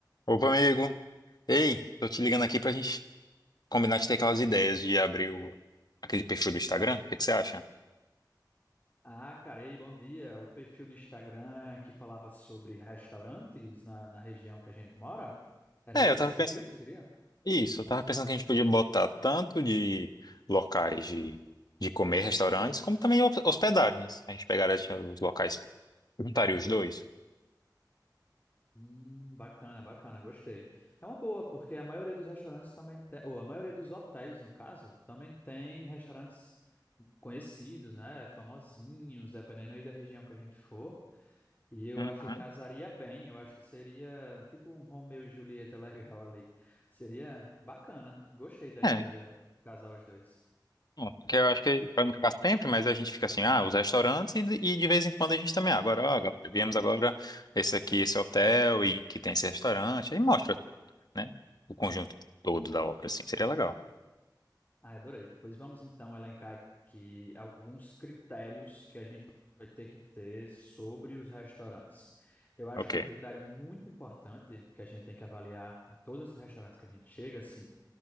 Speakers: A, on the left; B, on the left.
A: Opa, amigo. Ei, tô te ligando aqui pra gente combinar de ter aquelas ideias de abrir o- aquele perfil do Instagram. O que que você acha?
B: Ah, cara, ei, bom dia. O perfil do Instagram que falava sobre restaurantes na, na região que a gente mora, era
A: É,
B: esse
A: eu tava
B: perfil
A: pensando.
B: que você queria?
A: Isso, eu tava pensando que a gente podia botar tanto de locais de, de comer, restaurantes, como também hos- hospedagens. A gente pegaria assim, os locais, juntaria os dois.
B: Hum, bacana, bacana, gostei. É uma boa, porque a maioria dos restaurantes também tem, ou a maioria dos hotéis, no caso, também tem restaurantes conhecidos, né? Famosinhos, dependendo aí da região que a gente for. E eu
A: Uhum.
B: acho que casaria bem, eu acho que seria tipo um Romeu e Julieta <laughs> legal ali. Seria bacana. Gostei da
A: É,
B: ideia de casar os dois.
A: bom, porque eu acho que vai não ficar sempre, mas a gente fica assim, ah, os restaurantes e, de e de vez em quando a gente também, ah, agora, ó, agora viemos agora esse aqui, esse hotel e que tem esse restaurante, aí mostra. né? O conjunto todo da obra, assim, seria legal.
B: Ah, adorei. Pois vamos então elencar aqui alguns critérios que a gente vai ter que ter sobre os restaurantes. Eu acho
A: Ok.
B: que um critério muito importante que a gente tem que avaliar em todos esses restaurantes que a gente chega, assim,